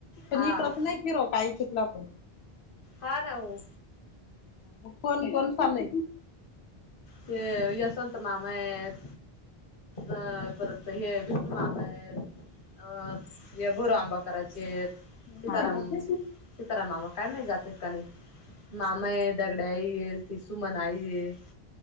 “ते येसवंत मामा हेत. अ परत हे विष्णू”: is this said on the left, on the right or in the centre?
Left